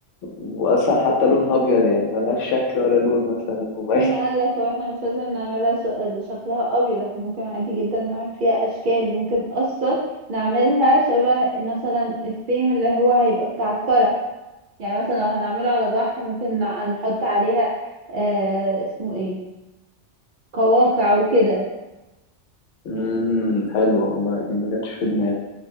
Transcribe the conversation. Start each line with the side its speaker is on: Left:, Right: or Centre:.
Left: واصلا حتى لونها ابيض يعني ملهاش شكل ولا لون مثلا مبين
Right: مين قالك هو احنا مش لازم نعملها ش... شكلها أبيض احنا ممكن عادي جدا نعمل فيها أشكال ممكن أصلا نعملها شبه مثلا الثيم اللي هو هيبقى بتاع الفرح يعني مثلا لو هنعمله على بحر ممكن نع- نحط عليها آه اسمه ايه كواقع وكده
Left: امم <laughs> حلوه والله دي ما جاتش في دماغي